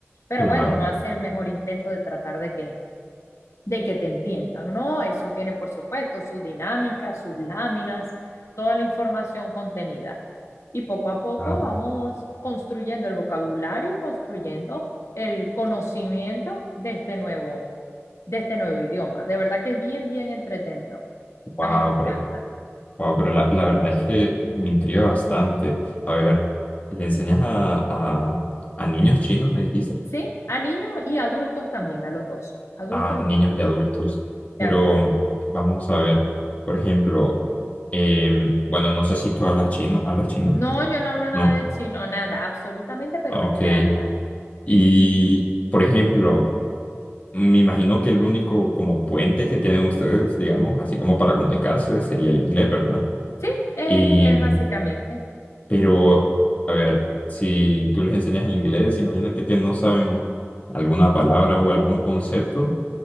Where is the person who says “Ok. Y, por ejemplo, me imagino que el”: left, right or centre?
Left